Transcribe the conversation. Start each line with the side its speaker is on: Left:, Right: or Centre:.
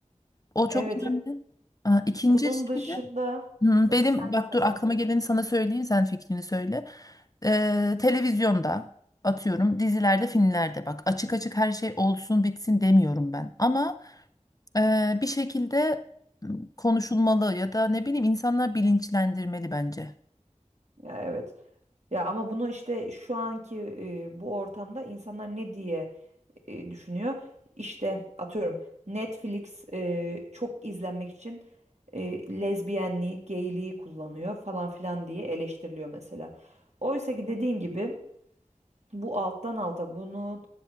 Left: O çok
Right: Evet,
Left: önemli.
Right: evet.
Left: Aa, İkinci
Right: bunun
Left: şey
Right: dışında
Left: de hı, benim
Right: sen
Left: bak
Right: söyle
Left: dur aklıma
Right: tabii.
Left: geleni sana söyleyeyim sen fikrini söyle. Ee, televizyonda atıyorum dizilerde filmlerde bak açık açık her şey olsun bitsin demiyorum ben. Ama e, bir şekilde m, konuşulmalı ya da ne bileyim insanlar bilinçlendirmeli bence.
Right: Ya evet. Ya ama bunu işte şu anki e, bu ortamda insanlar ne diye e, düşünüyor? İşte atıyorum Netflix e, çok izlenmek için e, lezbiyenliği, geyliği kullanıyor falan filan diye eleştiriliyor mesela. Oysa ki dediğin gibi bu alttan alta bunu